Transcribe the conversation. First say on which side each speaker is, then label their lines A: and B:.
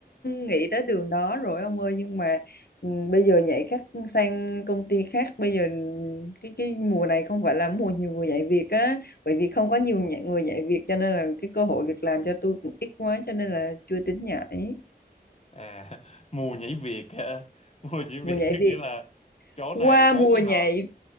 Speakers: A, on the left; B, on the left.
A: nghĩ tới đường đó rồi ông ơi nhưng mà ừ, bây giờ nhảy các sang công ty khác bây giờ cái cái mùa này không phải là mùa nhiều người nhảy việc á bởi vì không có nhiều nhảy, người nhảy việc cho nên là cái cơ hội việc làm cho tôi cũng ít quá cho nên là chưa tính nhảy
B: à <laughs> mùa nhảy việc á. <laughs> mùa nhảy việc
A: mùa nhảy
B: có
A: việc
B: nghĩa là chỗ này
A: qua
B: đối
A: mùa
B: với
A: nhảy
B: họ